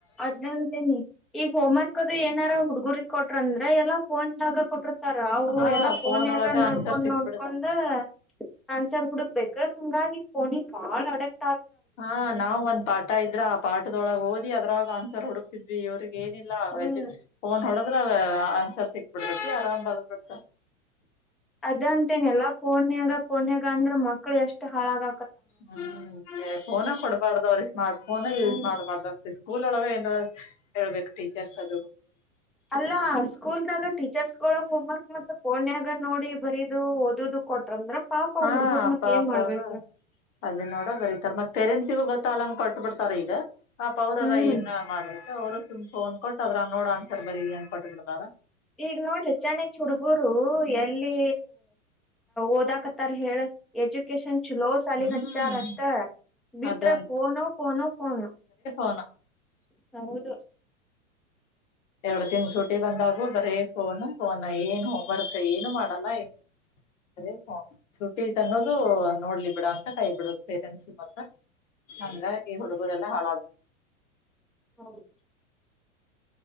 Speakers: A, in the centre; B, on the left.
A: ಅದ್ಂತೇನಿ ಈಗ ಹೋಮ್ ವರ್ಕ್ ಅದು ಏನಾರ ಹುಡ್ಗುರು ಕೊಟ್ರಂದ್ರೆ ಎಲ್ಲಾ ಫೋನ್ಾಗ ಕೊಟ್ರ ತರ್ ಅವು
B: ಹಾ
A: ಎಲ್ಲಾ ಫೋನ್ ಯಾಗ
B: ಒಳಗ
A: ನೋಡ್ಕೊಂಡ್
B: ಆನ್ಸರ್ ಸಿಕ್ಬಿಡ್ತಾವ
A: ನೋಡ್ಕೊಂಡ್ ನನ್ಸರ್ ಹುಡುಕ್ಬೇಕೇಕ ಹಂಗಾಗಿಫೋನಿ ಬಾಳ ಆಡಕ್
B: ಹಾ ನಾವ್ ಒಂದ್ ಪಾಠ ಇದ್ರ ಆ ಪಾಠದೊಳಗೆ ಓದಿ ಅದ್ರಳಾಗ ಆನ್ಸರ್ ಹುಡುಕ್ತಿದ್ವಿ ಇವ್ರಿಗೆ ಏನಿಲ್ಲ
A: ಹ್ಮ್
B: ಫೋನ್ ಹೊಡದ್ರ ಆನ್ಸರ್ ಸಿಕ್ಬಿಡೈತಿ ಆರಾಮ್ ಬರ್ದ್ ಬಿಡ್ತಾರ
A: ಅದಂತೇನೆ ಎಲ್ಲ ಫೋನ್ಯಗ ಫೋನ್ಯಗ ಅಂದ್ರ ಮಕ್ಳು ಎಷ್ಟು ಅಳಾಗ
B: ಹ್ಮ್ ಫೋನ ಕೊಡ್ಬಾರ್ದವ್ರೀ ಸ್ಮಾರ್ಟ್ ಫೋನ
A: ಹ್ಮ್
B: ಯೂಸ್ ಮಾಡ್ಬಾರ್ದ ಸ್ಕೂಲ್ ಒಳಗ ಹ ಹೇಳ್ಬೇಕು ಟೀಚರ್ಸ್ ಅ
A: ಅಲ್ಲ ಸ್ಕೂಲ್ದಾಗ ಟೀಚರ್ಸ್ಗಳು ಹೋಮ್ವರ್ಕ್ ಮತ್ತು ಪೋನ್ಯಗ್ ಈಗ ನೋಡಿ ಬರೀದು ಓದುದು ಕೊಟ್ರಂದ್ರ ಪಾಪ
B: ಹಾ
A: ಹುಡ್ಗುರ್ ಮತ್
B: ಪಾಪಾ
A: ಏನ್ ಮಾಡ್ಬೇಕ
B: ಅದು ನೋಡ ಬರಿತಾರ ಮತ್ತು ಪೇರೆಂಟ್ಸಿಗೂ ಗೊತ್ತ ಆಲ್ಲಂಗ ಕೊಟ್ಟ ಬಿಡ್ತಾರಾ ಈಗ, ಪಾಪ ಅವರರ
A: ಹ್ಮ್
B: ಏನ್ ಮಾಡೊದು. ಅವ್ರು ಸುಮ್ ಫೋನ್ ಕೊಟ್ಟ ಅದರಾಗ ನೋಡ ಆನ್ಸರ್ ಬರಿರೀ ಅಂತ ಕೊಟ್ಟು ಬಿಡ್ದಾರ.
A: ಈಗ ನೋಡ ಲೇ ಯಾಚನೆಚು ಹುಡುಗುರು ಎಲ್ಲಿ ಓದಕ್ ತಾರ ಹೇಳ ಎಜುಕೇಶನ್ ಚೊಲೋ ಸಾಲಿಗೆ
B: ಹ್ಮ್
A: ಅಚಾರಷ್ಟ, ಬಿಟ್ರ
B: ಅದ
A: ಪನೋ ಪನೋ ಪನೋ.
B: ಲ <inaudible>
A: ಹೌದು.
B: ಎರಡು ತಿಂಗಳು ಸುಟಿ ಬಂದವು ಬರೀ ಫೋನ್. ಫೋನ್ ಏನ್ ಹೋಮ್ವರ್ಕ್ ಏನು ಮಾಡಲ್ಲ ಏ ಅದೇ ಫೋನ್ ಸುಟ್ಟಿ ಐತಿ ಅನ್ನೋದು ನೋಡ್ಲಿ ಬಿಡ ಅಂತ ಕೈಬಿಡೋದು ಪೇರೆಂಟ್ಸ್ ಮತ್ತ. ಹಂಗಾಗಿ ಹುಡುಗುರೆಲ್ಲಾ ಹಾಳಾದ್ರೂ
A: ಹೌದು